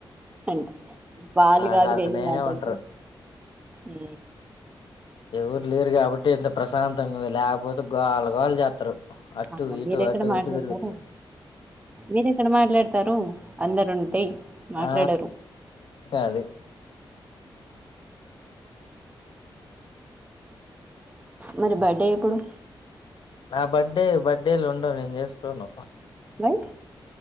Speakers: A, on the right; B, on the left.
A: అంటే వాలు
B: మాట్లాడుతూనే
A: కాదు నేన్ని మాట్లాడుతావు
B: ఉంటరు.
A: మ్
B: ఎవరు లేరు కాబట్టి ఇంత ప్రశాంతం గుంది లేకపోతే గోల గోల చేత్తరు అటు
A: అమ్మ
B: ఇటు
A: మీరెక్కడ
B: అటు
A: మాట్లాడతారు
B: ఇటు దిరుగుతురు
A: మీరెక్కడ మాట్లాడతారు అందరుంటే
B: ఆ!
A: మాట్లాడరు
B: అది
A: మరి బర్డే ఎప్పుడు
B: నా బర్త్డే బర్త్డేలు ఉండవు నేను చేసుకోను
A: మ్